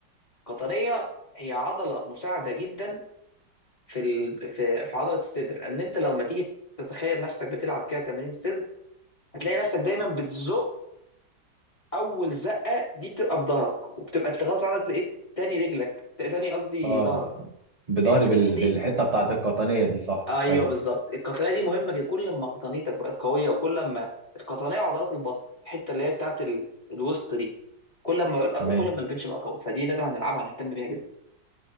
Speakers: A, on the left (about 20°); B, on the right (about 35°).
A: القطنية هي عضلة مساعدة جدا في ال... في في عضله الصدر ان انت لما تيجي تتخيل نفسك بتلعب كده تمرين الصدر هتلاقي نفسك دايما بتزق اول زقه دي بتبقى بظهرك وبتبقى غصب عنك تلاقيت تاني رجلك تاني قصدي
B: اه
A: ظهرك
B: بظهري
A: التانيه
B: بال...
A: دي
B: بالحته بتاعت القطنيه دي صح
A: ايوه
B: ايوه
A: بالظبط القطنيه دي مهمه جدا كل ما قطنيتك بقت قويه وكل ما القطنيه وعضلات البطن الحته اللي هي بتاعت ال... الوسط دي كل ما بقت اقوى
B: تمام
A: كل ما البنش بقى قوي فدي لازم هنلعبها هنهتم بيها جدا